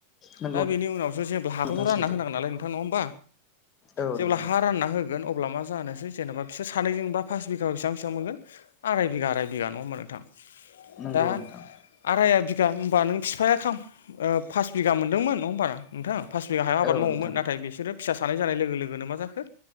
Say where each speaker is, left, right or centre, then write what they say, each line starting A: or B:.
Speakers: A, on the left (about 25°); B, on the left (about 60°).
A: नंगौ
B: दा बेनि उनावसो जेब्ला हाखौथ
A: नोंथां
B: रानना
A: सैथो
B: होनांगौ नालाय नोंथां नङा होमबा
A: औ
B: जेब्ला
A: नोंथां
B: हा रानना होगोन। अब्ला मा जानोसै जेनेबा बिसोर सानैजोंबा फास बिघा बेसेब बिसिबां मोनगोन‌ आराय बिगा आराय बिघा नङा होनबा नोंथां।
A: नंगौ
B: दा
A: नोंथां
B: आराइ आ बिगा होनोमबा नों बिफाया खाम ओ-पास बिगा मोनदोंमोन नङा होनबा नोंथां? पास बिगा हायाव आबाद
A: औ
B: मावोमोन
A: नोंथां
B: नाथाय बिसोरो। फिसा सानैानाय जानाय लोगो लोगोनो मा जाखो